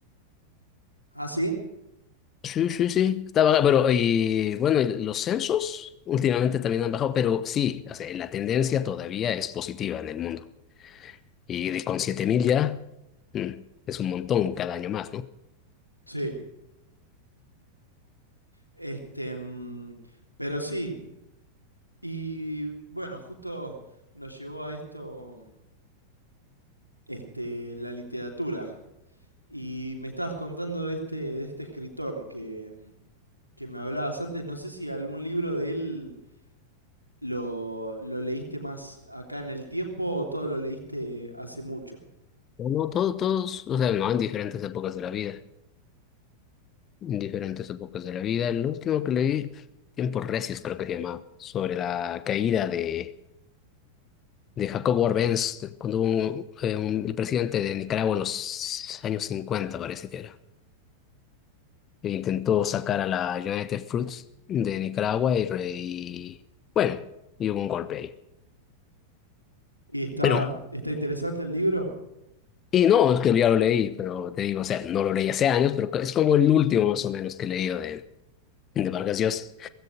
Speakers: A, on the left (about 85°); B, on the left (about 30°).
A: ¿Ah, sí?
B: Sí, sí, sí, está baja, pero y bueno, y los censos últimamente también han bajado, pero sí, o sea, la tendencia todavía es positiva en el mundo. Y de- con 7000 ya mm, es un montón cada año más, ¿no?
A: Sí. Este, mm, pero sí. Y bueno, justo nos llevó a esto, mm, este, la literatura. Y me estabas contando de este, de este escritor que, mm, que me hablabas antes. No sé si algún libro de él lo, lo leíste más acá en el tiempo o todo lo leíste hace mucho?
B: No, todos, todos, o sea, no, en diferentes épocas de la vida, en diferentes épocas de la vida. El último que leí, Tiempos Recios creo que se llamaba, sobre la caída de, de Jacobo Arbenz, cuando hubo un- eh, un- el presidente de Nicaragua en los años 50 parece que era. e intentó sacar a la United Fruits de Nicaragua y, re- y, bueno, y hubo un golpe ahí.
A: ¿Y está,
B: Pero,
A: está interesante el libro?
B: y no, es que ya lo leí, pero te digo, o sea, no lo leí hace años, pero es como el último más o menos que he leído de, de Vargas Llosa.